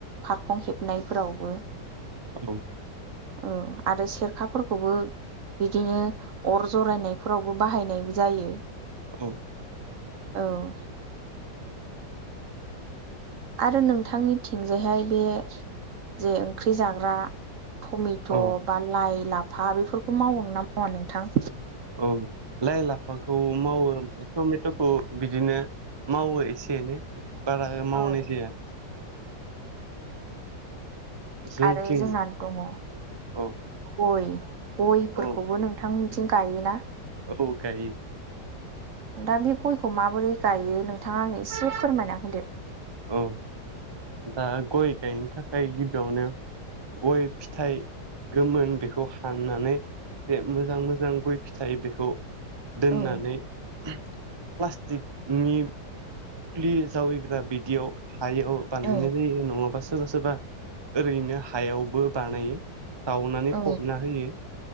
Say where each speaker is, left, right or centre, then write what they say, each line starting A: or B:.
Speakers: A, on the right; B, on the right.
A: फारखं हेबनायफोरावबो
B: औ
A: औ आरो सेरखाफोरखौबो बिदिनो अर जरायनायफोरावबो बाहायनाय जायो
B: औ
A: औ आरो नोंथांनि थिंजाय हाय बे जे ओंख्रि जाग्रा टमेट'
B: औ
A: बा लाइ लाफा बेफोरखौ मावो ना मावा नोंथां?
B: औ लाइ लाफाखौ मावो ओमफ्राय टमेट'खौ बिदिनो मावो एसे एनै बारा मावनाय
A: औ
B: जाया। जोंथिं
A: आरो जोंना दङ
B: औ
A: गय गयफोरखौबो
B: औ
A: नोंथांमोनथिं गायोना?
B: औ गायो।
A: दा बे गयखौ माबोरै गायो नोंथाङा आंनो एसे फोरमायना होदो।
B: औ दा गय गायनो थाखाय गिबियावनो गय फि फिथाइ गोमोन बेखौ हाननानै बे मोजां मोजां गय फिथाइ बेखौ दोननानै
A: औ
B: प्लास्टिकनि फुलि जावैग्रा बिदियाव हायाव बानायनाय
A: औ
B: जायो नङाबा सोरबा सोरबा ओरैनो हायावबो बानायो जावनानै
A: औ
B: फबना होयो।